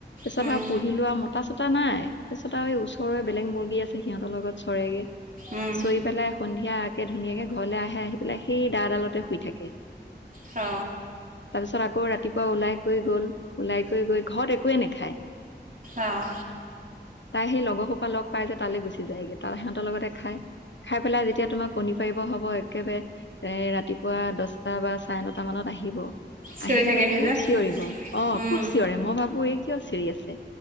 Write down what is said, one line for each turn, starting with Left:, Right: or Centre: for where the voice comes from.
Left: পিছত
Right: উম
Left: আৰু পুহি লোৱা মতা চতা নাই তাৰপিছত আৰু ওচৰৰে বেলেগ মুৰ্গী আছে সিহঁতৰ লগত চৰেগে
Right: উম
Left: চৰি পেলাই সন্ধিয়া ধুনীয়াকে ঘৰলে আহে আহি পেলাই সেই দা ডালতে শুই থাকে
Right: অ
Left: তাৰপিছত আকৌ ৰাতিপুৱা ওলাই কৰি গল ওলাই কৰি গৈ ঘৰত একোৱে নাখায়
Right: অঁ
Left: তাই সেই লগৰ সোপা লগ পাই যে তালৈ গুচি যায়গে তাত সিহঁতৰ লগতে খাইখাই পেলাই যেতিয়া তোমা আহিব হব একেবাৰে এ ৰাতিপুৱা দহটা বা চাৰে নটা মানত আহিব
Right: চিঞৰি
Left: আহি পেলাই
Right: থাকেহি
Left: খুব
Right: যে,
Left: চিঞৰিব অ,
Right: উম।
Left: খুব চিঞৰে মই ভাবো এই কিয় চিঞৰি আছে